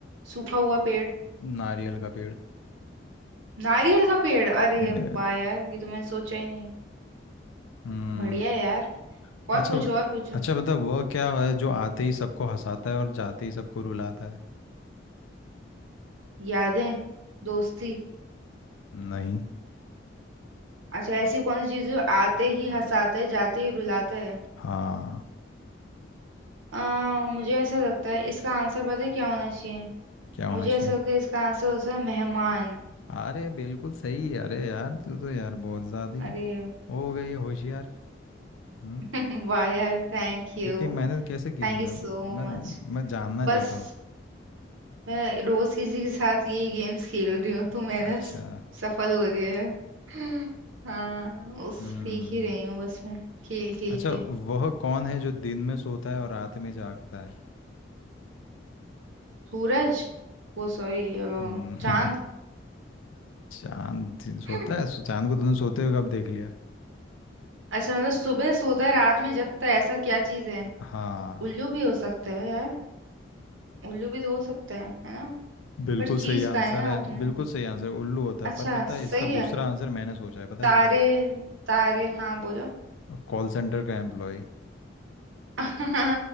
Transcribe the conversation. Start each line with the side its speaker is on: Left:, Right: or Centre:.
Right: सूखा हुआ पेड़
Left: नारियल का पेड़
Right: नारियल का पेड़ अरे
Left: ये
Right: वाह यार ये तो मैंने सोचा ही नहीं
Left: हम्म
Right: बढ़िया है यार और
Left: अच्छा
Right: पूछो और पूछो
Left: अच्छा बता वह क्या है जो आते ही सबको हंसाता है और जाते ही सबको रुलाता है
Right: यादें दोस्ती
Left: नहीं
Right: अच्छा ऐसी कौन सी चीज है जो आते
Left: हम्म,
Right: ही हंसाता है जाते ही रुलाता है
Left: हाँ
Right: आ, मुझे ऐसा लगता है इसका आंसर पता है क्या होना चाहिए
Left: क्या होना
Right: मुझे ऐसा
Left: चाहिए
Right: लगता है इसका आंसर हो सकता है मेहमान
Left: अरे बिल्कुल सही अरे यार तू तो यार बहुत ज्यादा ही
Right: अरे
Left: हो गई है होशियार हम्म
Right: <laughs> वाह यार thank you
Left: इतनी मेहनत कैसे की
Right: Thank
Left: तूने
Right: you so
Left: मैं
Right: much
Left: मैं जानना
Right: बस
Left: चाहता हूँ
Right: मैं रोज किसी के साथ यही गेम्स खेल रही हूँ तो मेहनत
Left: अच्छा
Right: स- सफल हो रही है <laughs> हाँ उस
Left: हम्म
Right: सीख ही रही हूँ बस मैं खेल खेल
Left: अच्छा
Right: के
Left: वह कौन है जो दिन में सोता है और रात में जागता है
Right: सूरज वो सॉरी
Left: हम्म,
Right: चांद
Left: <laughs> चांद दिन सोता
Right: <laughs>
Left: है सो चांद को तुमने सोते हुए कब देख लिया
Right: अच्छा मतलब सुबह सोता है रात में जगता है ऐसा क्या चीज है
Left: हाँ
Right: उल्लू भी हो सकता है यार उल्लू भी तो हो सकता है है ना
Left: बिल्कुल
Right: पर
Left: सही
Right: चीज
Left: आंसर
Right: का है ना
Left: है
Right: आपने
Left: बिल्कुल सही आंसर है, उल्लू होता
Right: अच्छा
Left: है पर पता
Right: सही
Left: है इसका दूसरा
Right: है
Left: आंसर मैंने सोचा है पता
Right: तारे
Left: है क्या है
Right: तारे हाँ बोलो
Left: कॉल सेंटर का एम्प्लॉय
Right: <laughs>